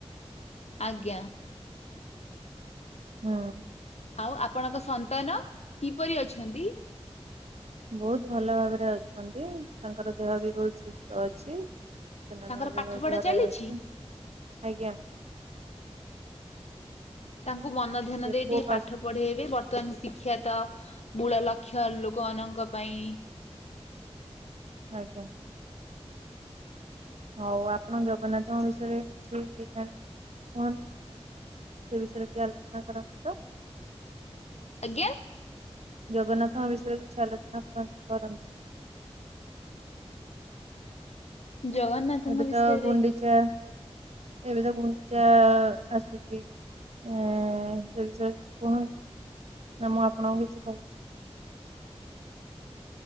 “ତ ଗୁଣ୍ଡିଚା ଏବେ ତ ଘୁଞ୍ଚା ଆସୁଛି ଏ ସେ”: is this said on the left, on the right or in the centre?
Right